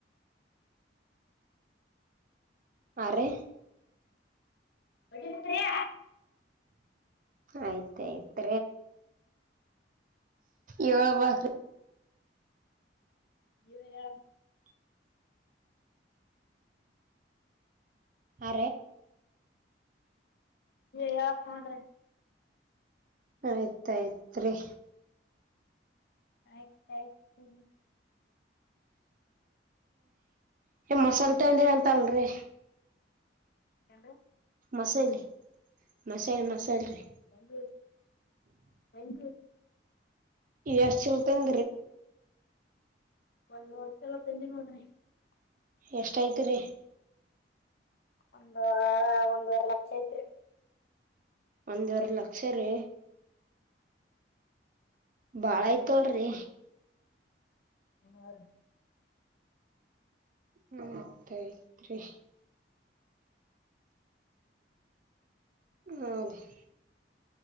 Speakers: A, on the right (about 45°); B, on the left (about 60°).
A: ಆರೆ
B: ಒಟ್ಟ ಎತ್ರೆಯ
A: ಆಯ್ತಾಯಯ್ತ್ ಯ ಬ
B: ಅಯ್ಯೋ ಹೇಳ
A: ಅ
B: ಯಾ ಹೊಂಡ್ರೆ
A: ಆಯ್ತಾಯ್ತ್ ರರಿ
B: ಆಯ್ತ ಆಯ್ತು
A: ಮಸಾಲೆ ತಂಡಿರ ಅಂತ ಅಲ್ರಿ
B: ಎಟ
A: ಮಸಾಲ ಮಸಾಲ ಮಸಾಲ ರರಿ
B: ಹೆಂಗ ಹೆಂಗು
A: ಎಷ್ಟ್ ಚಲ್ತನ್
B: ಒಂದ್ ನೋಡ್ತಿಲ ತಿಂದಿ ನೋಡ್ರಿ <unintelligible>
A: ಎಷ್ಟಾಯ್ತು ರೀ
B: ಒಂದು ಒಂದ್ವರ ಲಕ್ಷ ಐತ್ರಿ
A: ಒಂದ್ವರ ಲಕ್ಷ ರೀ ಬಾಳ ಆಯ್ತಲ್್ರರಿ
B: ಹ <unintelligible>
A: ಹ್ಮ್ತಯ್ತ್ರಿ ಹ ರೀ